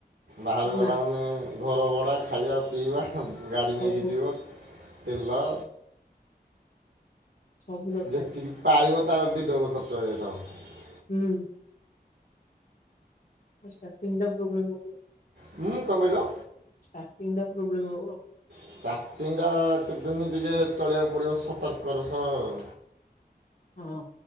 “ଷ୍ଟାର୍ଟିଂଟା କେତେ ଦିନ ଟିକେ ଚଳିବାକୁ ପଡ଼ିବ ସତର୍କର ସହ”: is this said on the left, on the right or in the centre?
Right